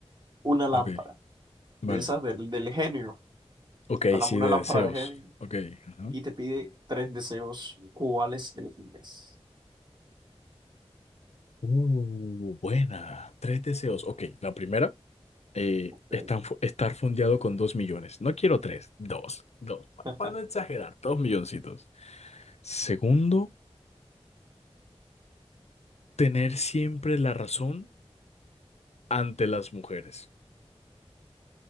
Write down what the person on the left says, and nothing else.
Ok, vale.
Ok,
sí,
de
deseos.
Ok. ajá.
Uh, buena. Tres deseos. Ok, la primera, eh,
estar, fu- estar fondeado con dos millones. No quiero tres, dos, dos.
Para no exagerar, dos milloncitos. Segundo, tener siempre la razón ante las mujeres.